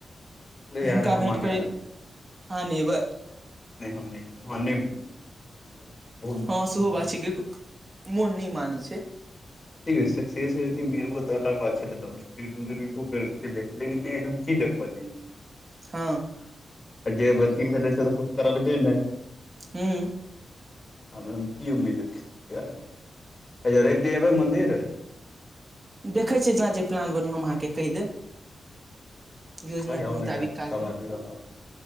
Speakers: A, on the left; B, on the right.
A: नहि यार
B: हुनका
A: हमरा
B: भेंट
A: नहि
B: करी
A: हैत
B: अहा नय एबै
A: नहि हम नहि हम नहि बहुत दिक्कत
B: हँ सेहो बात छै मोन नय मानै छै
A: देखियौ सकसेस रहितय एगो ब त अलग बादले छेलै ल की देखै
B: हँ
A: आ जे अथी भेलै से त कुछ करलकै नय
B: हँ
A: की उम्मीद रखियै आब अछा लैब दिन एबैमन्दिर‌
B: देखै छियै जहाँ जे प्लान बन हम अहाँकेँ कहि देब योजना
A: अ
B: के
A: आउ
B: मुताबिक
A: ने यार
B: काज
A: सब
B: करै
A: आदमी रहब